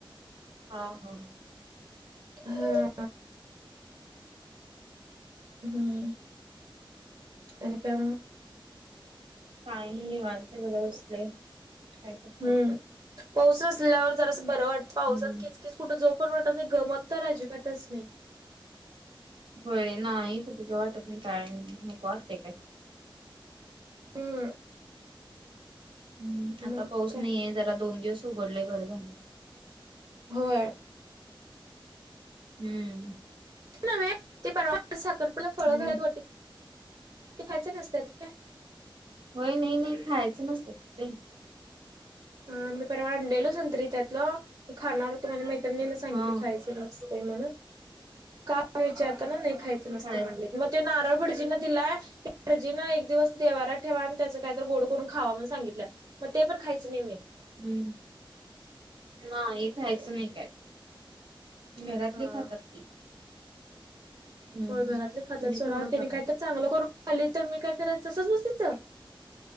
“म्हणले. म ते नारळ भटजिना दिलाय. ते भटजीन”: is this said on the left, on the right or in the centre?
Right